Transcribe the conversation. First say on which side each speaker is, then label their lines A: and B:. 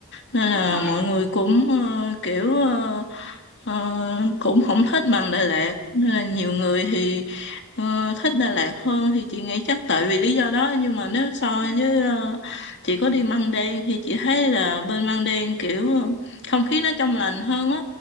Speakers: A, on the left; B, in the centre.
A: nên là
B: đúng rồi
A: mọi người cũng ờ, kiểu ờ, Ờ, cũng không thích bằng Đà Lạt nên là nhiều người thì ờ, thích Đà Lạt hơn thì chị nghĩ chắc tại vì lý do đó nhưng mà nếu so
B: ừ
A: với
B: ừ
A: ờ, chị có đi Măng Đen thì chị thấy là bên Măng Đen kiểu ờ, không khí nó trong lành hơn á